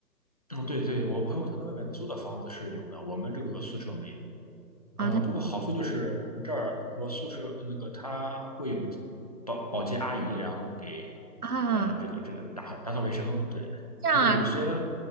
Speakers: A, on the left; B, on the right.
A: 嗯，对对，我朋友他在外面租的房子是有的，我们这个宿舍没。呃，
B: 啊。他
A: 不过好处就是我们这儿，比如说宿舍那个他会有保保洁阿姨，然后给
B: 啊，
A: 呃这个这个打打扫卫生，对，
B: 这样啊，
A: 因为有些